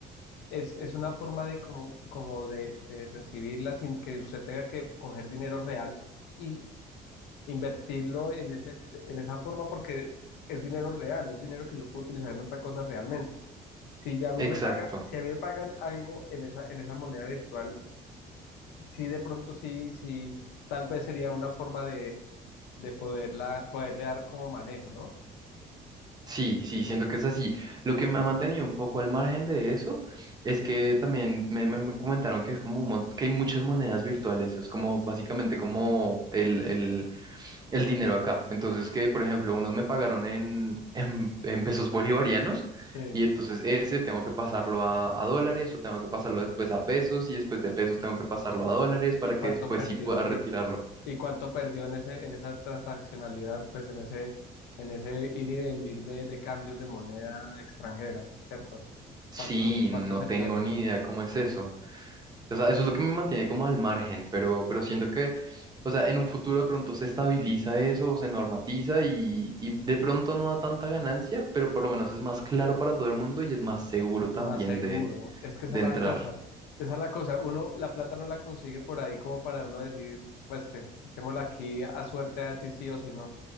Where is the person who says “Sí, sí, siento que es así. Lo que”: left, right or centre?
Right